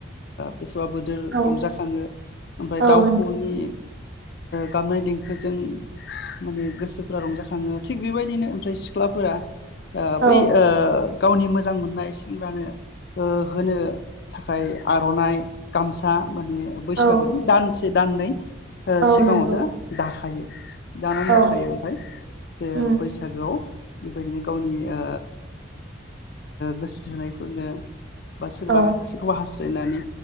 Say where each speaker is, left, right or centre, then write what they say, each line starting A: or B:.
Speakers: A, on the left; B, on the right.
A: बेसेबा बोदोर
B: औ
A: रंजाखाङो ओमफ्राय
B: औ
A: दाउखौनि
B: नोंथां
A: गाबनाय देंखोजों माने गोसो <unintelligible> रंजाखङो थिग बेबायदिनो ओमफ्राय सिख्लाफोरा ओ
B: औ
A: बै ओ गावनि मोजां मोननाय सेंग्रानो होनो थाखाय आरनाइ गामसा माने बैसागुनि
B: औ
A: दानसे दाननै ओ
B: औ
A: सिगाङावनो
B: नंगौ
A: दाखायो <inaudible> दानानै
B: औ
A: लाखायो ओमफाय जे
B: उम
A: बैसागोआव बेबायदिनो गावनि ओ गोसो थोनायफोरनो बा सोरबा
B: औ
A: सोरखौबा हास जायनानै